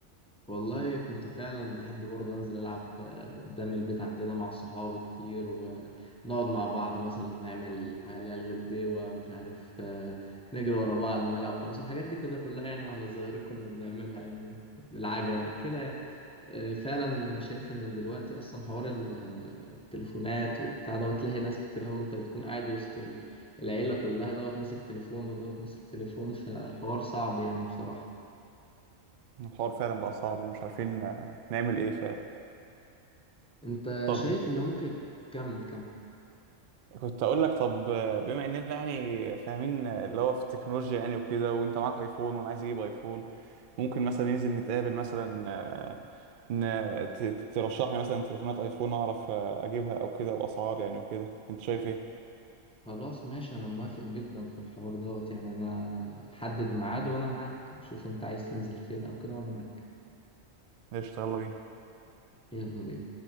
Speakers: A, in the centre; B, on the right (about 55°).
A: والله كنت فعلا بحب برضه انزل العب آه، قدام البيت عندنا مع صحابي كتير ونقعد مع بعض مثلا نعمل حاجه اللي هي الغديوه مش عارف آه، نجري ورا بعض نلعب خلاص الحاجات دي كده كلها يعني واحنا صغيرين كنا بنعملها يعني بالعجل كده يعني. آه، فعلا انا شايف ان دلوقتي اصلا حوار ال- آه، التليفونات وبتاع دوت تلاقي ناس كتير قوي انت بتكون قاعد وسط ال- العيله كلها دوت ماسك تليفون ودوت ماسك تليفون فالحوار صعب يعني بصراحه
B: الحوار فعلا بقى صعب مش عارفين آه، نعمل ايه فعلا
A: انت
B: طب
A: شايف ان ممكن كمل كمل
B: كنت اقول لك طب آه، بما اننا يعني فاهمين آه، اللي هو في التكنولوجيا يعني وكده وانت معاك ايفون وانا عايز اجيب ايفون ممكن مثلا ننزل نتقابل مثلا آه، ن- ت- ترشح لي مثلا تليفونات ايفون اعرف آه، اجيبها او كده واسعار يعني وكده انت شايف ايه؟
A: خلاص ماشي انا موافق جدا في الحوار دوت يعني انا حدد ميعاد وانا معاك شوف انت عايز تنزل فين او كده وانا معاك
B: قشطة يلا بينا
A: يلا بينا